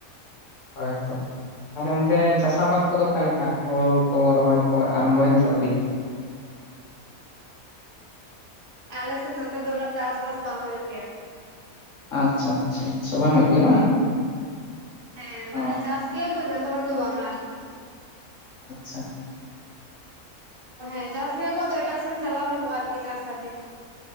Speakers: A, on the left; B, on the right.
A: ᱦᱚᱭ ᱛᱚ ᱛᱟᱦᱚᱞᱮ ᱚᱱᱛᱮ ᱪᱟᱥ ᱟᱵᱟᱫ ᱠᱚᱫᱚ ᱚᱠᱟ ᱞᱮᱠᱟ ᱦᱳᱲᱩ ᱠᱚ ᱨᱚᱦᱚᱭ ᱠᱚ ᱟᱨᱟᱢᱵᱚᱭ ᱱᱟ ᱥᱮ ᱟᱹᱣᱨᱤ?
B: ᱟᱞᱮ ᱥᱮᱱ ᱱᱚᱛᱮ ᱫᱚ ᱩᱱᱟᱹᱜ ᱪᱟᱥᱵᱟᱥ ᱵᱟᱝ ᱦᱩᱭᱩᱜ ᱜᱮᱭᱟ᱾
A: ᱟᱪᱪᱷᱟ ᱟᱪᱪᱷᱟ ᱟᱪᱪᱷᱟ ᱵᱟᱝ ᱦᱩᱭᱩᱜ ᱜᱮᱭᱟ ᱵᱟᱝ
B: ᱦᱮᱸ
A: ᱚ
B: ᱢᱟᱱᱮ ᱪᱟᱥ ᱜᱮᱭᱟ ᱠᱚ ᱡᱚᱛᱚ ᱦᱚᱲ ᱫᱚ ᱵᱟᱝᱟ ᱟᱨᱠᱤ
A: ᱟᱪᱪᱷᱟ
B: ᱦᱮᱸ ᱪᱟᱥᱤ ᱠᱚᱣᱟᱜ ᱫᱚ ᱮᱴᱟᱜ ᱥᱮᱱ ᱪᱟᱞᱟᱣ ᱦᱩᱭᱩᱜᱼᱟ ᱟᱨ ᱠᱤ ᱪᱟᱥ ᱠᱷᱟᱹᱛᱤᱨ